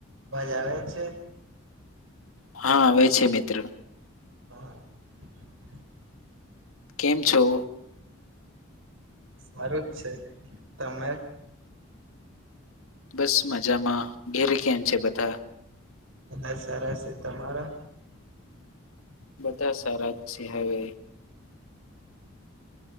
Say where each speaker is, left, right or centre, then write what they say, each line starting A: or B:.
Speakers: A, on the right; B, on the left.
A: અવાજ આવે છે?
B: હા, આવે છે મિત્ર.
A: <unintelligible>
B: કેમ છો?
A: સારું જ છે. તમે?
B: બસ મજામાં, ઘેરે કેમ છે બધા?
A: બધાં સારા સે. તમારા?
B: બધા સારા જ છે હવે.